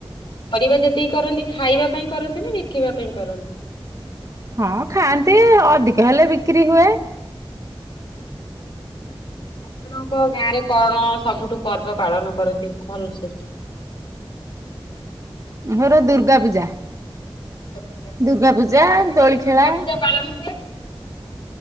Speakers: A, on the left (about 60°); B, on the right (about 35°).
A: ପରିବା ଯେତିକି କରନ୍ତି ଖାଇବା ପାଇଁ କରନ୍ତି ନା ବିକିବା ପାଇଁ କରନ୍ତି?
B: ହଁ ଖାଆନ୍ତି ଅଧିକ ହେଲେ ବିକ୍ରି ହୁଏ।
A: ଉଁ ହୁଁ। ଆପଣଙ୍କ ଗାଁରେ କଣ ସବୁଠୁ ପର୍ବ ପାଳନ କରନ୍ତି ଭଲସେ?
B: ଆମର ଦୁର୍ଗା ପୂଜା।
A: ଦୁର୍ଗା ପୂଜା
B: ଦୁର୍ଗା ପୂଜା
A: ଏଇ କେତେଦିନ
B: ଦୋଳି
A: ଦୁର୍ଗା
B: ଖେଳା
A: ପୂଜା ପାଳନ ହୁଏ?